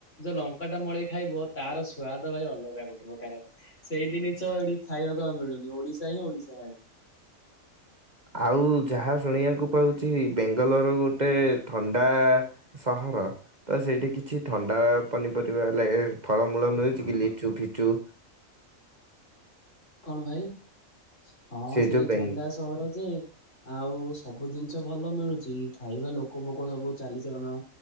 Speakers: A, on the left; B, on the right.
A: ଯୋଉ ଲଙ୍କା ଟା ମଡେଇ ଖାଇବ ତାର ସ୍ଵାଦ ଭାଇ ଅଲଗା ଗୋଟେ ପ୍ରକାର। ସେଇ ଜିନିଷ ଏଠି ଖାଇବାକୁ ଆଉ ମିଳୁନି, ଓଡିଶା ହିଁ ଓଡିଶା ଭାଇ।
B: ଆଉ ଯାହା ଶୁଣିବାକୁ ପାଉଛି ବେଙ୍ଗାଲୋର ଗୋଟେ ଥଣ୍ଡା ସହର, ତ ସେଇଠି କିଛି ଥଣ୍ଡା ପନିପରିବା ଲା ଫଳମୂଳ ମିଳୁଛି କି ଲିଚୁ ଫିଚୁ।
A: କଣ ଭାଇ? ହଁ
B: ସେ
A: ସେଇ
B: ଯୋଉ ବେଙ୍ଗ
A: ଥଣ୍ଡା ସହର ଯେ ଆଉ ସବୁ ଜିନିଷ ଭଲ ମିଳୁଛି, ଖାଇବା ଲୋକ ଫୋକ ସବୁ ଚାଲିଚଳନ